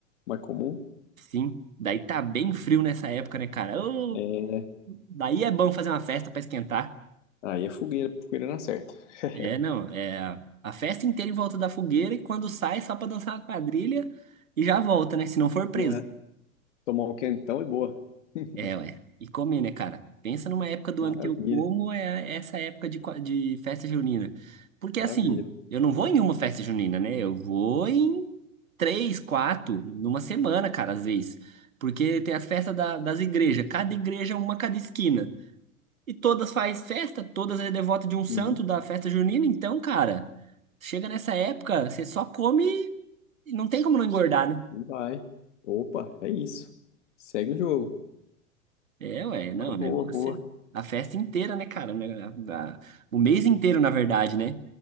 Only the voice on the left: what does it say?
mais comum.
É,
aí é fogueira, fogueira na certa. <laughs>
Já tomar um quentão e boa. <laughs>
Maravilha,
maravilha.
Sim,
e vai. Opa, é isso. Segue o jogo.
Uma
boa,
boa.